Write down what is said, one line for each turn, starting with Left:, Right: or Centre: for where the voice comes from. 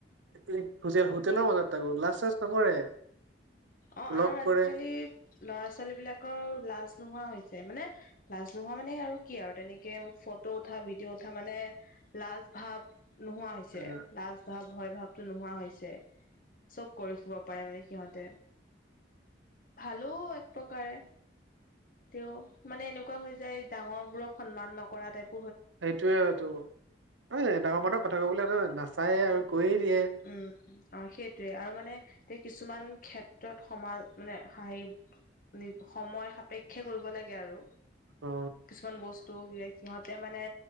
Right: হোটেল হোটেলৰ মাজত তাকো লাজ চাজ নকৰে।
Left: অ
Right: ব্লগ
Left: আৰু আজিকালি
Right: কৰে
Left: ল'ৰা ছোৱালী বিলাকৰ লাজ নোহোৱা হৈছে মানে লাজ নোহোৱা মানে আৰু কি আৰু তেনেকে ফটো উঠা ভিডিঅ' উঠা মানে লাজ ভাব নোহোৱা হৈছে
Right: আহ
Left: লাজ ভ ভয় ভাৱতটো নোহোৱা হৈছে চব কৰি ফুব পাৰে মানে সিহঁতে ভালো এক প্ৰকাৰে তেওঁ মানে এনেকুৱা হৈ যায় ডাঙৰ বোৰক সন্মান নকৰা টাইপ
Right: সেইটোয়ে টো এ ডাঙৰ মানুৰ কথা ক'বলৈ নাচায়েই আৰু কৈয়ে দিয়ে
Left: উম অ সেইটোৱে আৰু মানে তে কিছুমান ক্ষেত্ৰত সমাজ মানে হেৰি নি সময় সে পেক্ষে কৰিব লাগে আৰু
Right: অ
Left: কিছুমান বস্ তো সিহঁতে মানে